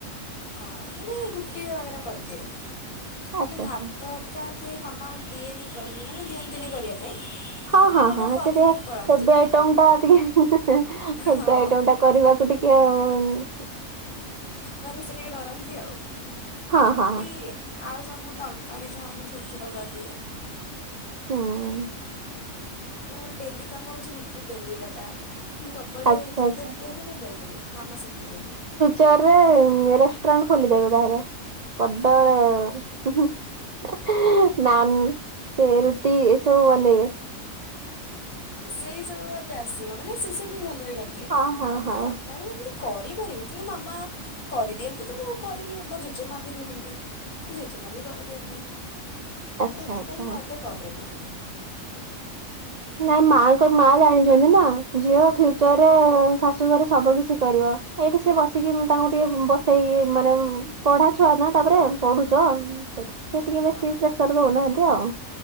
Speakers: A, on the left; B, on the right.
A: ଅଁ ମାନେ ରୁଟି ବଗରା କରିଦିଏ ମାନେ
B: ଆଚ୍ଛା ଆଚ୍ଛା।
A: ଭାତ ହରି କା ଏତେ ମାମା ଦିଏନି କରନି ମାନେ ଦିଅନ୍ତିନି କରିବା ପାଇଁ।
B: ହଁ ହଁ
A: ମାମା
B: ହଁ
A: କରିକି
B: ସେ ଟିକେ
A: ପଳାନ୍ତି
B: ହେଭୀ ଆଇଟମଟା ଟିକେ ହେଁ ହେଁ ହେଁ ହେଭୀ
A: ହଁ।
B: ଆଇଟମ ଟା କରିବାକୁ ଟିକେ ଉଁ
A: ମାନେ ସେ ଟିକେ ଡରନ୍ତି ଆଉ
B: ହଁ
A: ରୁଟି
B: ହଁ
A: ଆଉ ସବୁ ତରକାରୀ ଯାହା ମୁଁ ଛୋଟ ଛୋଟ କରିଦିଏ।
B: ହୁଁ।
A: ହେଲେ ମୋର ଡେଲି କାମ ହଉଚି ରୁଟି ବେଲିବାଟା। ମୁଁ ସବୁବେଳେ
B: ଆଚ୍ଛା
A: ଯେତେ
B: ଆଚ୍ଛା।
A: ରୁଟି ହବ ମୁଁ ବେଲି ଦେବି ମାମା ସେକି ଦିଅନ୍ତି।
B: ଚରେ ମେ ରେଷ୍ଟୁରାଣ୍ଟ ଖୋଲିଦେବେ ବାହେରେ ବଡ ର ହୁଁହୁଁ ଏହେ ନାନ୍ ସେ ରୁଟି ଏସବୁ ବନେଇବେ।
A: ସେଇ ସବୁ ମତେ ଆସିବ ମାନେ ସେସବୁ ମୁଁ ଭଲରେ କରିଦିଏ
B: ହଁ ହଁ
A: ଆଉ ଏମତି
B: ହଁ
A: ତରକା ରୀ ଏମତି କରିପାରିବି କିନ୍ତୁ ମାମା କରିଦିଅନ୍ତି ତ ମୁଁ ଆଉ କରିନି ମୋ ଜେଜେମା ବି ରୁହନ୍ତି ତୁ ଜେଜମା ବି କରଦିଅନ୍ତି
B: ଆଚ୍ଛା
A: ତ ହେଥିପାଇଁ
B: ଆଚ୍ଛା।
A: ମୁଁ ଆ ଏତେ କରେନି।
B: ନାଇଁ ମାଙ୍କ ମା ଜାଣିଚନ୍ତି ନା ଝିଅ ଫ୍ୟୁଚରରେ ଶାଶୁଘରେ ସବୁ କିଛି କରିବ। ଏଇଠି ସିଏ ବସିକି ମୁଁ ତାଙ୍କୁ ଟିକେ ବସେଇକି ମାନେ ପଢା ଛୁଆ ନା ତାପରେ ପଢୁଚ ସେଟ୍ ସେ ଟିକେ
A: ହଁ
B: ବେଶୀ ପ୍ରେସର ଦଉନାହାନ୍ତି ଆଉ।